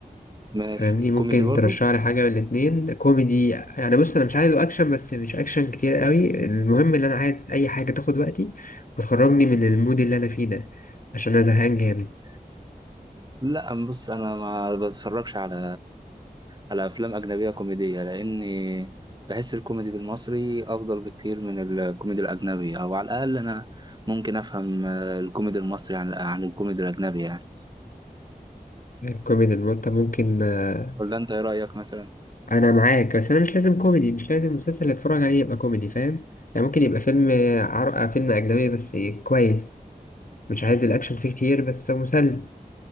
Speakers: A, on the right; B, on the left.
A: ماشي
B: فاهمني
A: كوميدي
B: ممكن
A: برضه
B: ترشح لي حاجة من الاتنين كوميدي يعني بص انا مش عايزه اكشن بس مش اكشن كتير قوي المهم ان انا عايز اي حاجة تاخد وقتي وتخرجني من المود اللي انا فيه ده عشان انا زهقان جامد
A: لا بص أنا ما بتفرجش على على أفلام أجنبية كوميدية لأني بحس الكوميدي بالمصري أفضل بكتير من الكوميدي الأجنبي أو على الأقل أنا ممكن أفهم آه، الكوميدي المصري عن عن الكوميدي الأجنبي يعني
B: الكوميدي انت ممكن آه،
A: ولا أنت إيه رأيك مثلا؟
B: انا معاك بس انا مش لازم كوميدي مش لازم المسلسل اللي اتفرج عليه يبقى كوميدي فاهم يعني ممكن يبقى فيلم عرق فيلم اجنبي بس كويس مش عايز الاكشن فيه كتير بس مسلي